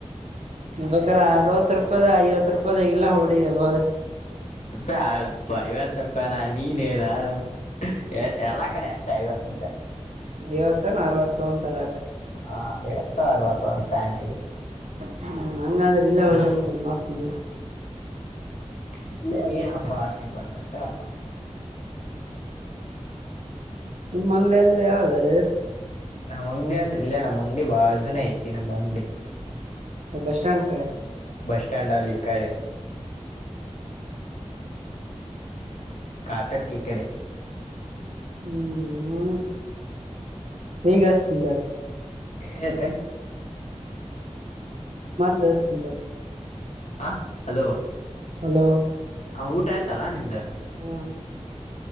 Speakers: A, on the right; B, on the left.
A: ಬೇಕರ ಅರವತ್ತು ರೂಪಾಯದ ಐವತ್ತು ರೂಪಾಯದ ಇಲ್ಲ ಹೊಡಿ ಬ
B: ತಾಳಪ್ಪ ಐವತ್ತು ರೂಪಾಯನ <unintelligible> ಎಲ್ಲಾ ಕಡೆ ಎಷ್ಟ ಐವತ್ತು ರೂಪಾಯ್.
A: ಇವತ್ತಾನ ಅರವತ್ತು ಅಂತರ.
B: ಹಾ <unintelligible> ಅರವತ್ತು ಒಂದು ಪ್ಯಾಂಟಿಗೆ.
A: ಹ್ಮ್ ಹಂಗಾದ್ರೆ ಇಲ್ಲೆ ಒಳಗಸ್ತೀನ್ ಮಾತ್ನಿ
B: <unintelligible>
A: ನಿಮ್ಮ್ ಅಂಗ್ಡಿ ಅಂದ್ರೆ ಯಾವ್ದು?
B: ನಮ್ಮ್ ಅಂಗ್ಡಿ ಅಂದ್ರೆ ಇಲ್ಲೇ ನಮ್ಮ್ಂಗ ಅಂಗಡಿ ಬಾಜುನ ಐತಿ ನಮ್ ಅಂಗ್ಡಿ.
A: ಬಸ್ ಸ್ಟ್ಯಾಂಡ್ ಕಡೆ
B: ಬಸ್ಟ್ಯಾಂಡ್ ಅಲ್ಲಿಕ್ಕಡೆ. ಕಾತರ್ಕಿಕಡೆ.
A: ಹ್ಮ್ ಹ್ಮ ಈಗಸ್ತಿ
B: ಏ ತ
A: ತಸ್ತ <unintelligible>
B: ಹ ಹಲೋ
A: ಹಲೋ
B: ಹ ಊಟ ಆಯ್ತಲ ನಿಮ್ದು.
A: ಹ್ಮ